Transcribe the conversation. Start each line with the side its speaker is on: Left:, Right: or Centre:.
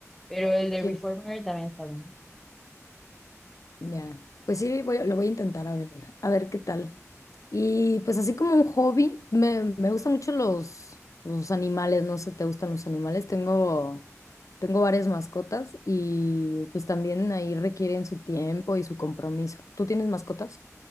Centre: pero el de
Left: Sí.
Centre: reformer también está bien.
Left: Ya, pues sí, voy a- lo voy a intentar a ver, a ver qué tal. Y pues así como un hobby, me, me gustan mucho los, los animales, no sé, ¿te gustan los animales? Tengo, tengo varias mascotas y pues también ahí requieren su tiempo y su compromiso. ¿Tú tienes mascotas?